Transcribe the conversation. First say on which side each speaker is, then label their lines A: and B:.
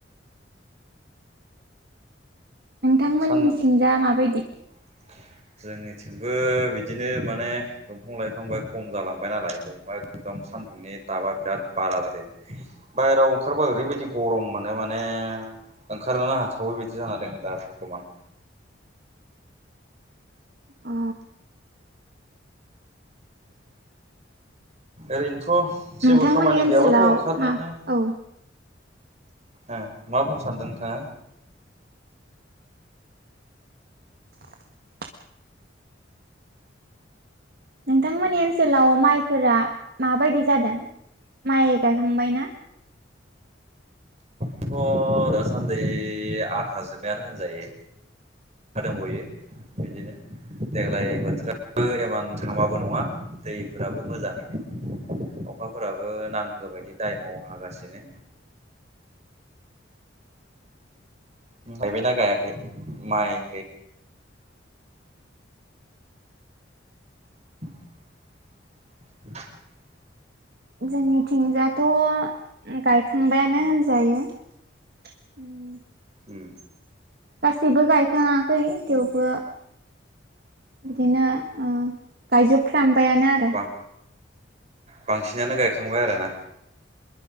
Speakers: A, on the right; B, on the right.
A: नोंथांमोन
B: सान
A: सिंजा माबायदि?
B: <unintelligible> जोंनिथिंबो बिदिनो माने दंफां लाइफां बाय खम जालांबाय नालाय बबेबा एकदम सान्दुंनि टाबा बिराद बारा जादो बायहेरायाव ओंखारबा ओरैबायदि गरम मोनो माने ओंखारनो हाथावै बायदि जाना दङो दा बरथमान।
A: अ
B: ओरैनोथ'
A: नोंथांमोननि
B: जेबो खामानि
A: ओनसोलाव
B: गैयाबाथ' ओंखारनोनो
A: मा औ
B: ओ मा बुंनो सानदों नोंथाङा?
A: <inaudible> नोंथांमोननि ओनसोलाव माइफोरा माबायदि जादों? माइ गायखांबाय ना?
B: थ' दासान्दि आधा जोबबायानो होनजायो। हा दंबयो बिदिनो। देग्लाय बोथोराबो एमान हामाबो नङा दैफोराबो मोजाङैनो। अखाफोराबो नांगौ बायदि टाइमाव हागासिनो। उम गायबायना गायाखै माय <inaudible>
A: जोंनिथिंजाथ' उम गायखांबायानो होनजायो उम।
B: उम।
A: गासिबो गायखाङाखै थेवबो बिदिनो उम गायजोबफ्रामबायानो आरो।
B: बां बांसिनानो गायखांबाय आरोना?